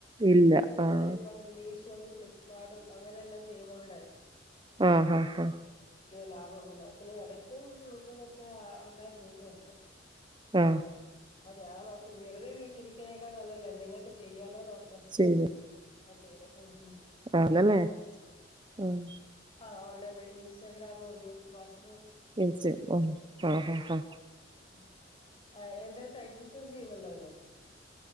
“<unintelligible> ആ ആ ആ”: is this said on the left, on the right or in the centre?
Right